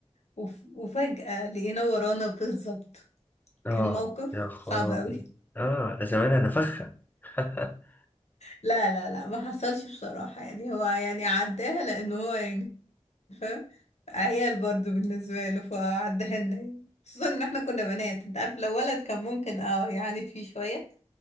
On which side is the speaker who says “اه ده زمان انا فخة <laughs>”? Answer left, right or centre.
Left